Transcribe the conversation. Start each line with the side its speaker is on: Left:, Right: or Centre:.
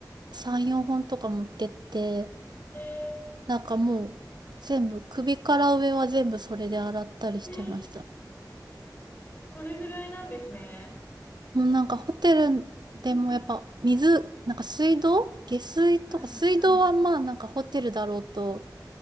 Right: 3、4本とか持ってって、
Left: え
Right: なんかもう全部、首から上は全部それで洗ったりしてました。
Left: ー、えー、それぐらいなんですね。
Right: もうなんかホテルでもやっぱ水、
Left: うん
Right: なんか水道下水とか水道はまあなんかホテルだろうと、
Left: はいはい。